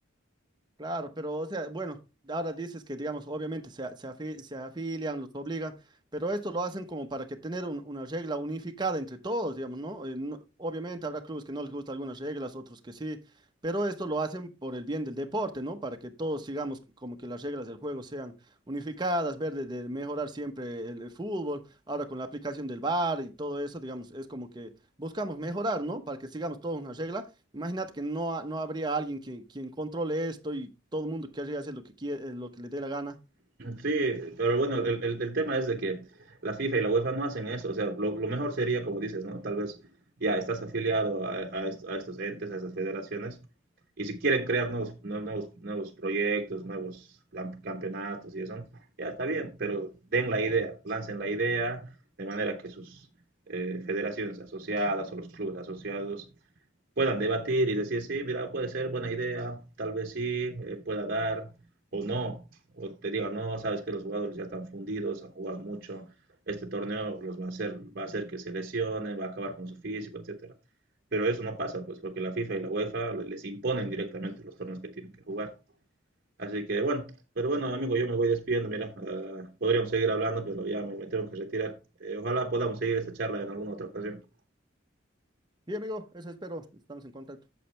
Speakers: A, on the right; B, on the right.
A: Claro, pero o sea, bueno, ahora dices que, digamos, obviamente se, a- se, afi- se afilian, los obligan, pero esto lo hacen como para que tener un- una regla unificada entre todos, digamos, ¿no? Eh, no- Obviamente habrá clubes que no les gustan algunas reglas, otros que sí, pero esto lo hacen por el bien del deporte, ¿no? Para que todos sigamos como que las reglas del juego sean unificadas, ver de, de mejorar siempre el, el fútbol, ahora con la aplicación del VAR y todo eso, digamos, es como que buscamos mejorar, ¿no? Para que sigamos todos una regla Imaginad que no, ha- no habría alguien que, quien controle esto y todo el mundo querría hacer lo que quiere, lo que le dé la gana.
B: Sí, pero bueno, el, el- el tema es de que la FIFA y la UEFA no hacen eso. O sea, lo, lo mejor sería, como dices, ¿no? Tal vez ya estás afiliado a, a est- a estos entes, a estas federaciones, y si quieren crear nuevos, nue- nuevos, nuevos proyectos, nuevos cam- campeonatos y eso, ya está bien, pero den la idea, lancen la idea de manera que sus eh, federaciones asociadas o los clubes asociados puedan debatir y decir, sí, mira, puede ser buena idea, tal vez sí, eh, pueda dar o no, o te diga, no, sabes que los jugadores ya están fundidos, han jugado mucho, este torneo los va a hacer, va a hacer que se lesionen, va a acabar con su físico, etcétera. Pero eso no pasa, pues, porque la FIFA y la UEFA les imponen directamente los torneos que tienen que jugar. Así que, bueno, pero bueno, amigo, yo me voy despidiendo, mira, uh, podríamos seguir hablando, pero ya me, me tengo que retirar. Eh, ojalá podamos seguir esta charla en alguna otra ocasión.
A: Sí, amigo, eso espero. Estamos en contacto.